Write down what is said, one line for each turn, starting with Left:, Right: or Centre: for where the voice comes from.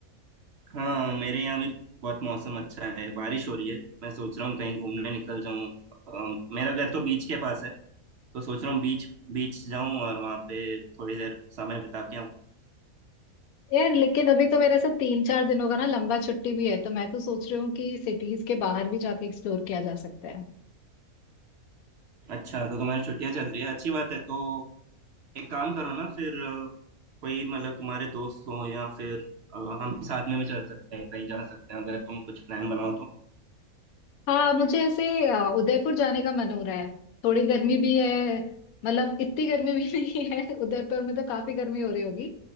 Right: हाँ मेरे यहाँ भी बहुत मौसम अच्छा है बारिश हो रही है मैं सोच रहा हूँ कहीं घूमने निकल जाऊँ अम, मेरा घर तो बीच के पास है तो सोच रहा हूँ बीच बीच जाऊँ और वहाँ पे थोड़ी देर समय बिता के आऊँ
Left: यार लेकिन अभी तो मेरा ऐसा तीन चार दिनों का ना लंबा छुट्टी भी है तो मैं तो सोच रही हूँ कि सिटीज के बाहर भी जाके एक्सप्लोर किया जा सकता है
Right: अच्छा तो तुम्हारी छुट्टियाँ चल रही है अच्छी बात है तो एक काम करो ना फिर अ, कोई मतलब तुम्हारे दोस्त हो या फिर अ, हम साथ में भी चल सकते हैं कहीं जा सकते हैं अगर तुम कुछ प्लान बनाओ तो
Left: हाँ मुझे ऐसे अ, उदयपुर जाने का मन हो रहा है थोड़ी गर्मी भी है मतलब इतनी गर्मी भी <laughs> नहीं है उदयपुर में तो काफी गर्मी हो रही होगी